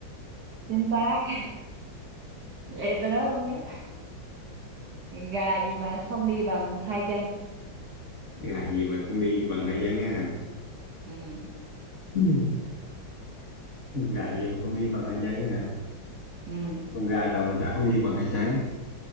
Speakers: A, on the right; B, on the left.
A: chính xác vậy tôi nói không nhá gà gì mà không đi bằng hai chân
B: đi hạt gì mà không đi bằng hai chân á hả
A: ừ
B: Ừ. Con gà gì mà không đi bằng hai chân á hả
A: ừ
B: con gà nào mà chả không đi bằng hai chân